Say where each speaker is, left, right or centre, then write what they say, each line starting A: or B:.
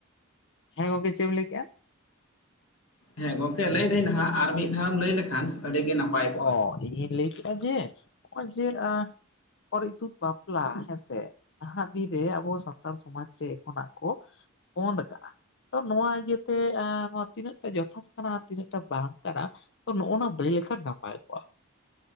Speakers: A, on the left; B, on the left.
A: ᱦᱮᱸ ᱜᱚᱝᱠᱮ ᱪᱮᱫ ᱮᱢ ᱞᱟᱹᱭ ᱠᱮᱜ-ᱟ
B: ᱦᱮᱸ ᱜᱚᱝᱠᱮ ᱞᱟᱹᱭᱫᱟᱹᱧ ᱱᱟᱦᱟᱜ ᱟᱨ ᱢᱤᱫ ᱫᱷᱟᱣᱮᱢ ᱞᱟᱹᱭ ᱞᱮᱠᱷᱟᱱ ᱟᱹᱰᱤ ᱜᱮ ᱱᱟᱯᱟᱭ ᱠᱚᱜᱼᱟ
A: ᱚ ᱤᱧᱤᱧ ᱞᱟᱹᱭ ᱠᱮᱫᱟ ᱡᱮ ᱱᱚᱜ-ᱚᱭ ᱡᱮ ᱚᱨ ᱤᱛᱩᱜ ᱵᱟᱯᱞᱟ ᱦᱮᱸᱥᱮ ᱱᱟᱦᱟᱜ ᱫᱤᱱ ᱨᱮ ᱟᱵᱚ ᱥᱟᱱᱛᱟᱲ ᱥᱚᱢᱟᱡᱽ ᱨᱮ ᱮᱠᱷᱚᱱᱟᱜ ᱠᱚ ᱵᱚᱱᱫ ᱠᱟᱜ-ᱟ ᱛᱚ ᱱᱚᱣᱟ ᱤᱭᱟᱹᱛᱮ ᱱᱚᱣᱟ ᱛᱤᱱᱟᱹᱜᱴᱟ ᱡᱚᱛᱷᱟᱛ ᱠᱟᱱᱟ ᱛᱤᱱᱟᱹᱜᱴᱟ ᱵᱟᱝ ᱠᱟᱱᱟ ᱛᱚ ᱱᱚᱜ-ᱚᱱᱟ ᱵᱤᱱ ᱞᱟᱹᱭ ᱞᱮᱠᱷᱟᱱ ᱱᱟᱯᱟᱭ ᱠᱚᱜ-ᱟ